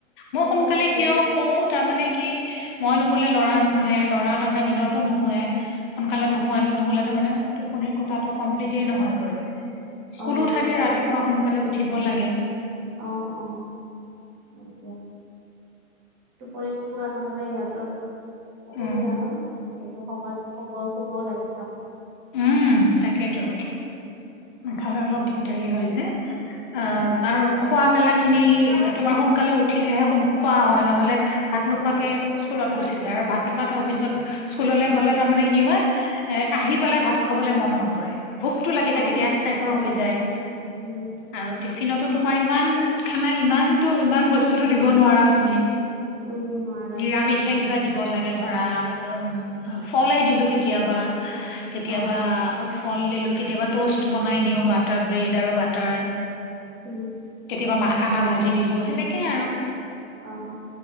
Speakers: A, on the left; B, on the right.
A: মই
B: অ',
A: সোনকালে
B: শুওঁতে দেৰি
A: কিয়
B: হয়
A: শু তাৰমানে কি মই নুশুলে ল'ৰা নুশুয়ে, ল'ৰা তাৰমানে দিনতো নুশুৱে। সোনকালে
B: অ'।
A: <unintelligible> নহ'লে তাৰ মানে টোপনিৰ কথাটো কমপ্লিট নহয়গৈ। স্কুলো
B: অ',
A: থাকে ৰাতিপুৱা সোনকালে উঠিব লাগে।
B: অ', অ', <unintelligible> টোপনিটো পুৰা নহ'লে ইহঁতৰ অসুবিধা
A: উম
B: ন' এইটো সময়ত <unintelligible> ব শুবও লাগে ভালকে।
A: উম! তাকেইতো নাখালে অলপ দিগদাৰী হয় যে। অঁ
B: উম,
A: আৰু খোৱা মেলাখিনি তোমাৰ সোনকালে উঠিলেহে খোৱা হয় নহ'লে ভাত নোখোৱাকে
B: অ',
A: স্কুলত গুচি যায়। আৰু ভাত নোখোৱাকে অফিচত স্কুললৈ গ'লে তাৰমানে কি হয় এ আহি পেলাই ভাত খাবলৈ মন নকৰে। ভোকটো লাগি থাকে
B: অ',
A: গেছ টাইপৰ হৈ যায়।
B: উম,
A: আৰু টিফিনতো তোমাৰ ইমান খানা ইমানটো ইমান বস্তুতো দিব নোৱাৰা তুমি।
B: উম, নোৱাৰা
A: নিৰামিষে কিবা দিব লাগে ধৰা উম ফলে দিলো কেতিয়াবা। কেতিয়াবা
B: অ',
A: ফল দিলো, কেতিয়াবা ট'ষ্ট বনাই দিওঁ বাটাৰ, ব্ৰেড আৰু বাটাৰ।
B: উম।
A: কেতিয়াবা মাখানা ভাজি দিলোঁ সেনেকৈ আৰু।
B: অঁ!